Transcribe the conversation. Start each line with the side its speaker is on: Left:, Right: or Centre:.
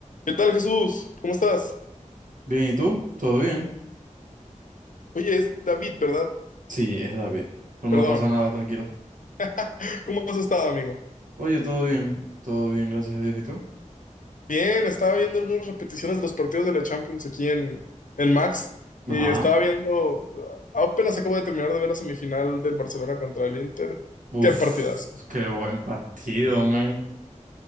Left: ¿Qué tal, Jesús? ¿Cómo estás?
Right: Bien, ¿y tú? ¿Todo bien?
Left: Oye, es David, ¿verdad?
Right: Sí, es David. Pues
Left: Perdón.
Right: no pasa nada, tranquilo.
Left: <laughs> ¿Cómo has estado, amigo?
Right: Oye, todo bien, todo bien, gracias a Dios. ¿Y tú?
Left: Bien, estaba viendo algunas repeticiones de los partidos de la Champions aquí en, en Max
Right: Ajá.
Left: y estaba viendo, apenas acabo de terminar de ver la semifinal del Barcelona contra el Inter.
Right: Uf,
Left: ¡Qué partidas!
Right: qué buen partido, man.